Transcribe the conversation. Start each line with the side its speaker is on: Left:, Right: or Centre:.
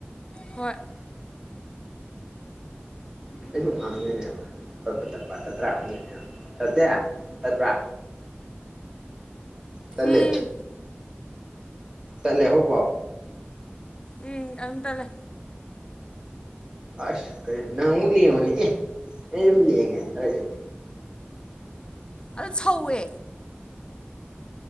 Left: ꯍꯣꯏ
Right: ꯑꯩꯁꯨꯨꯝ ꯉꯥꯡꯗꯣꯏꯅꯦꯕ ꯄꯠ ꯄꯠ ꯇꯠꯄ ꯇꯠꯇ꯭ꯔꯥ ꯍꯪꯗꯣꯏꯅꯦꯕ ꯇꯠꯇꯦ ꯇꯠꯄ꯭ꯔꯥ ꯇꯟꯂꯦ
Left: ꯎꯝ
Right: ꯇꯟꯂꯦ ꯍꯧꯄꯥꯎ
Left: ꯎꯝ ꯑꯗꯨꯝ ꯇꯠꯂꯦ
Right: ꯑꯁ ꯀꯩ ꯅꯪꯑꯃꯨꯛ ꯂꯦꯡꯉꯣꯅꯦ ꯑꯦ ꯑꯩꯁꯨꯝ ꯂꯦꯡꯉꯦ <unintelligible>
Left: ꯑꯗꯨꯝ ꯁꯧꯋꯦ